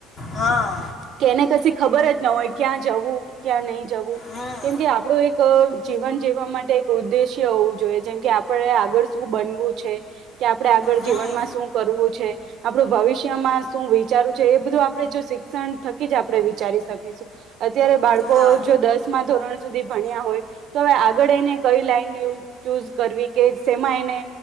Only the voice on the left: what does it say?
હા
હમ
હમ
હા